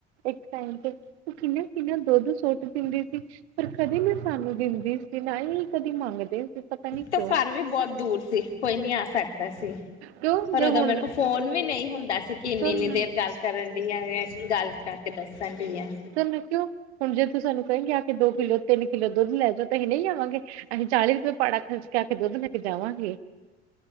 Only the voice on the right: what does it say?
ਇੱਕ ਟਾਈਮ ਤੇ ਤੂੰ ਕਿੰਨਾ- ਕਿੰਨਾ ਦੁੱਧ ਸੁਟ- ਪਿੰਦੀ ਸੀ, ਪਰ ਕਦੇ ਨੀ ਸਾਨੂੰ ਦਿੰਦੀ ਸੀ, ਨਾ ਹੀ ਕਦੀ ਮੰਗਦੇ ਸੀ। ਪਤਾ ਨੀ
ਕਿਉਂ
ਕਿਉਂ
ਜੇ
ਹੁਣ
ਸੁਣ
ਤੇ ਮੇ ਕੋਲੋਂ ਹੁਣ ਜੇ ਤੂੰ ਸਾਨੂੰ ਕਹਿੰਗੀ ਅ- ਦੋ ਕਿਲੋ, ਤਿੰਨ ਕਿੱਲੋ ਦੁੱਧ ਲੈ ਜਾਓੋ ਤੇ ਅਹੀ ਨਹੀਂ ਆਵਾਂਗੇ, ਅਸੀਂ ਚਾਲੀ ਰੁਪਏ ਪਾੜਾ ਖਰਚ ਕੇ ਆਕੇ ਦੁੱਧ ਲੇ- ਕੇ ਜਾਵਾਂਗੇ।